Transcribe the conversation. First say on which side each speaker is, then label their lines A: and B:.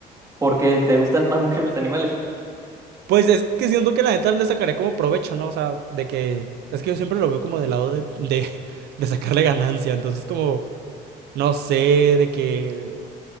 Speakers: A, on the right; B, on the right.
A: porque te gustan más mucho los animales.
B: Pues es que siento que la neta le sacaré como provecho, ¿no? O sea, de que. Es que yo siempre lo veo como del lado de, de, <laughs> de sacarle ganancia. Entonces, como, no sé, de que.